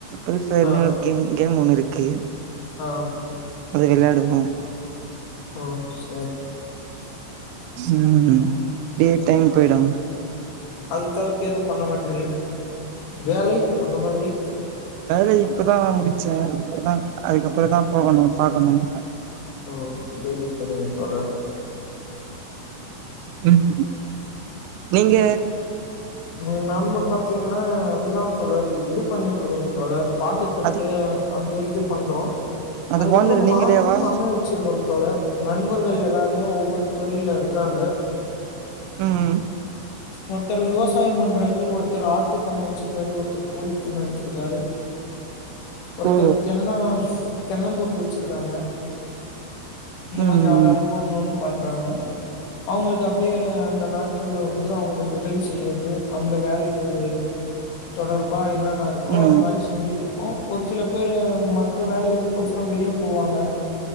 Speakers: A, on the right; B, on the left.
A: பீப்ஃபயர்ன்னு
B: ஆ
A: கேம் கேம் ஒண்ணு இருக்கு
B: ஆ
A: அது விளயாடுவோம்
B: ஓ சு
A: உம் இப்டியே டைம் போயிடும்
B: அது தவிர்த்து எதுவும் பண்ண மாட்டிங்கல வேலை அந்த மாதிரி
A: வேலை இப்பதான் முடிச்சன் அப்பதான் அதுக்கப்பறம் தான் போகணும் பாக்கணும்
B: ஓஸ் சேரி சேரிங்க தோழர்
A: ஹம் நீங்க
B: உம் நாம்ம பாத்தீங்கன்னா அதுதான் தொளர் இது பண்ணிட்டு இருக்கோம் தொளர் பாக்குத்தட்டு
A: அது
B: அந்த இது பண்றோம்
A: அதுக்கு
B: அதுக்கப்பறம்
A: ஓனர் நீங்களேவா
B: மாட்டு பண்ணை வச்சிருக்கும் தோழர் நண்பர்கள் எல்லாருமே ஒவ்வொரு தொழில்ல இருக்காங்க
A: ம்
B: ஒருத்தர் விவசாயம் பண்றாரு ஒருத்தர் ஆத் ட்டுப் பண்ண வச்சிருக்காரு ஒருத்தர் கோழிப் பண்ண வச்சிருக்காரு ஒருத்தர்
A: ஓ
B: தின்னோஸ் தென்னந்தோப்பு வச்சிருக்காங்க இந்த
A: ம்
B: மாரி ஆள் ஆளுக்கு ஒண்ணு ஒண்ணு பண்றாங்க அவுங்களுக்கு அப்டியே அந்த நாட்கள்ல வந்து ஏதோ அவங்களுக்கு உதவி செய்யற்றது அந்த வேலைக்கு உம் தொடர்பா என்னென்ன இருக்கோ
A: ம் ம்
B: அது மாதிரி செஞ்சுட்டு இருப்போம் ஒரு சில பேரு மற்ற வேலைகளுக்கு போசோ வெளியே போவாங்க